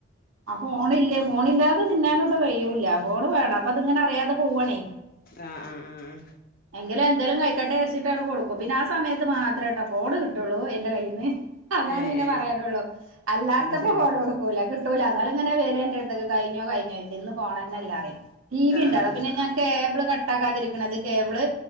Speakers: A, on the right; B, on the left.
A: ആ ഫോണില്ല ഫോണ് ഇല്ലാതെയൊട്ട് കഴിയൂല്ല ഫോണ് വേണം അപ്പൊ അത് ഇങ്ങനെ അറിയാതെ പോവണേ
B: ആഹ് ആഹ് ആഹ് ആഹ്
A: എങ്കിലേ എന്തെങ്കിലും കഴിക്കട്ടെ വിചാരിച്ചട്ട് അങ്ങട് കൊടുക്കും പിന്നെ ആ സമയത്ത് മാത്രേട്ടോ ഫോണ് കിട്ടുള്ളൂ എന്റെ കയ്യിൽ നിന്ന്- അതാണ്
B: ഏ
A: പിന്നെ
B: ഏ
A: പറയാനുള്ളൂ അല്ലാത്ത
B: അത് ശരി
A: കൊടുക്കൂല കിട്ടൂല അതേൽ ഇങ്ങനെ വരും എന്റെടുതക്ക് കഴിഞ്ഞോ കഴിഞ്ഞോ ചോയ്ച് ഇന്ന് പോണന്നെല്ല പറിയും ടി വി
B: ആ
A: ഉണ്ടാോ
B: ആ
A: പിന്നെ ഞാൻ കേബിൾ കട്ട ആക്കാതിരിക്കണുന്നത് കേബിള്